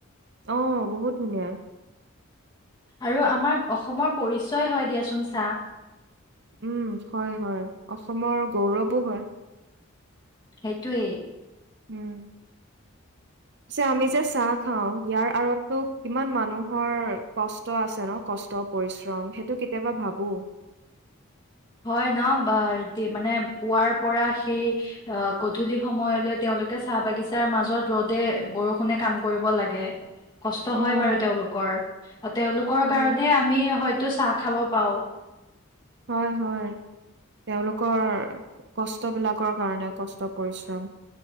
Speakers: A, on the right; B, on the left.
A: অহ বহুত ধুনীয়া।
B: আৰু আমাৰ অসমৰ পৰিচয় হয় দিয়াচোন চাহ।
A: উম, হয়-হয় অসমৰ গৌৰৱো হয়।
B: সেইটোয়ে
A: উম পিছে আমি যে চাহ খাওঁ ইয়াৰ আঁৰতটো কিমান মানুহৰ কষ্ট আছে ন কষ্ট পৰিশ্ৰম সেইটো কেতিয়াবা ভাবো।
B: হয় ন মানে পুৱাৰ পৰা সেই গধূলি সময়লৈ তেওঁলোকে চাহ বাগিচাৰ মাজত ৰ'দে বৰষুণে কাম কৰিব লাগে। কষ্ট
A: অ',
B: হয় বাৰু তেওঁলোকৰ-তেওঁলোকৰ
A: হয়।
B: কাৰণে আমি হয়তো চাহ খাব পাওঁ।
A: হয়-হয় তেওঁলোকৰ কষ্টবিলাকৰ কাৰণে কষ্ট পৰিশ্ৰম।